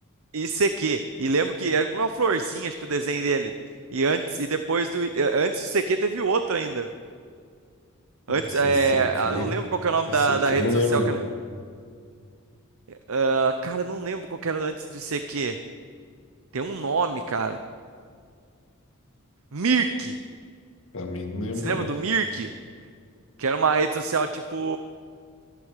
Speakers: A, on the right (about 65°); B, on the left (about 65°).
A: ICQ. E lembro que era uma florzinha, acho que o desenho dele. E antes e depois do eh, antes do ICQ teve outro ainda. Antes,
B: Esse,
A: é,
B: esse aqui,
A: ah, eu não lembro qual que é o nome
B: esse
A: da,
B: aqui
A: da rede
B: eu não lembro,
A: social,
B: não.
A: cara. Ah, cara, não lembro qual que era antes do ICQ. Tem um nome, cara. Mirk.
B: Também não lembro,
A: Você lembra
B: não.
A: do Mirk? Que era uma rede social tipo.